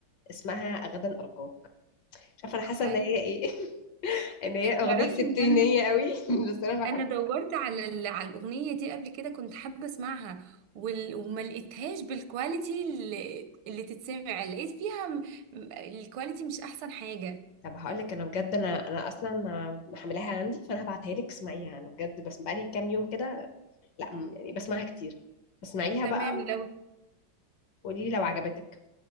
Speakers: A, on the left; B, on the right.
A: اسمها غدا القاك مش عارفه انا حاسه
B: ايوه
A: ان هي ايه <laughs> ان هي اغنيه
B: تعرفي
A: ستينيه
B: ان انا
A: قوي <laughs> بس انا بحبها
B: انا دورت على ال- على الاغنيه دي قبل كده كنت حابه اسمعها وال... وما لقيتهاش بالكواليتي اللي, اللي تتسمع لقيت فيها م... م- الكواليتي مش احسن حاجه
A: طب هقول لك انا بجد انا انا اصلا محملاها عندي فانا هبعتها لك اسمعيها انا بجد بس بقالي كام يوم كده لا م- يعني بسمعها كتير اسمعيها
B: تمام
A: بقى
B: لو
A: وقولي لي لو عجبتك